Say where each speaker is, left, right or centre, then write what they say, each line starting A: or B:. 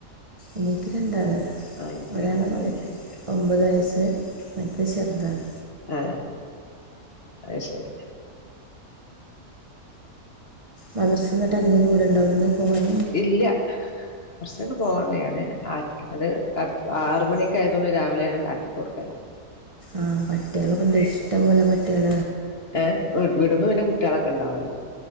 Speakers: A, on the right (about 30°); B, on the left (about 45°).
A: എനിക്ക് രണ്ടാള്
B: ആ എനിക്ക്
A: ഒരാള്
B: രണ്ടാളന്നെ
A: എ ഒമ്പത് വയസ്സ് ത് പറ്റെ ചെർതാണ്
B: ആ അത് ശെരി
A: മദ്രസ്ന്ന്ട്ട് അധികം ദൂരണ്ടോ അവ്ട്ന്ന് പോവാൻ
B: ഇല്ല കൊർച്ചണ്ട് പോവാൻ <unintelligible> ആ അത് തണ് ആറ്മണിയൊക്കായതോണ്ട് രാവിലെ ഞാൻണ്ടാക്കി കൊടുക്കല
A: ആ പട്ട്യാളൊക്കെണ്ട് ഇഷ്ടം പോലെ പട്ട്യാള്
B: ഏ വിട് വിടുമ്പോ പിന്നെ കുട്ട്യാളൊക്കെണ്ടാവല്ലോ